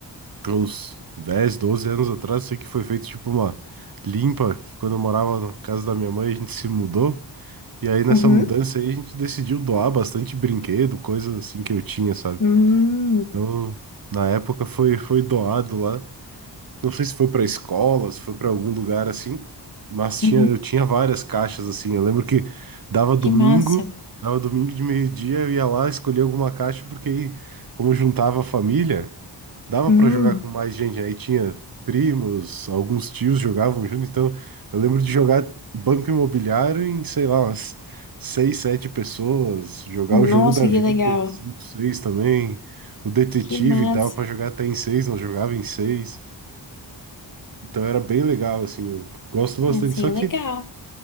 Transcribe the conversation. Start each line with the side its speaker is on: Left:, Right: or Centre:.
Right: uns 10, 12 anos atrás, sei que foi feito tipo uma limpa, que quando eu morava na casa da minha mãe, a gente se mudou. E aí nessa
Left: uhum,
Right: mudança aí a gente decidiu doar bastante brinquedo, coisas assim que eu tinha, sabe?
Left: hum,
Right: Então, na época foi, foi doado lá. Não sei se foi para escola, se foi para algum lugar assim, mas tinha,
Left: uhum.
Right: eu tinha várias caixas assim. Eu lembro que dava domingo,
Left: Que massa.
Right: dava domingo de meio-dia, eu ia lá escolher alguma caixa, porque aí, como juntava a família, dava
Left: Hum,
Right: para jogar com mais gente. Aí tinha primos, alguns tios jogavam junto, então eu lembro de jogar Banco Imobiliário em, sei lá, umas seis, sete pessoas, jogar
Left: nossa,
Right: o jogo da vida
Left: que legal.
Right: em cinco, seis também. O detetive
Left: Que massa.
Right: dava para jogar até em seis, não jogava em seis. Então era bem legal, assim, eu gosto bastante.
Left: Assim,
Right: Só
Left: é
Right: que,
Left: legal.